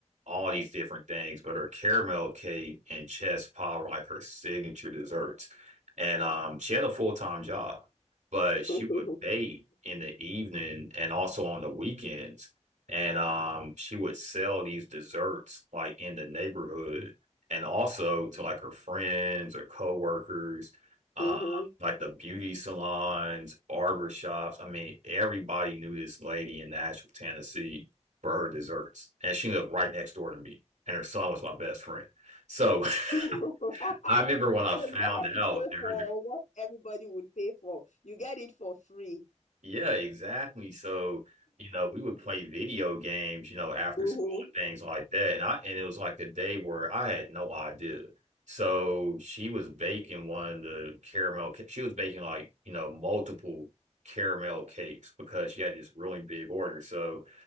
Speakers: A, on the right; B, on the left.
A: all these different things. But her caramel cake and chess pie were like her signature desserts, and um, she had a full-time job, but she
B: <laughs>
A: would bake in the evening and also on the weekends and um she would sell these desserts like in the neighborhood and also to like her friends or coworkers uh
B: Mm-hmm.
A: like the beauty salons barber shops I mean everybody knew this lady in Nashville Tennessee for her desserts and she lived right next door to me and her son was my best friend so
B: <laughs> so
A: <laughs> I remember when I
B: you
A: found
B: don't have
A: out
B: to pay
A: that her
B: for what everybody would pay for. You get it for free.
A: Yeah, exactly. So, you know, we would play video games, you know, after
B: Mhm.
A: school and things like that. And I and it was like the day where I had no idea. So she was baking one of the caramel ca- she was baking like, you know, multiple caramel cakes because she had this really big order. So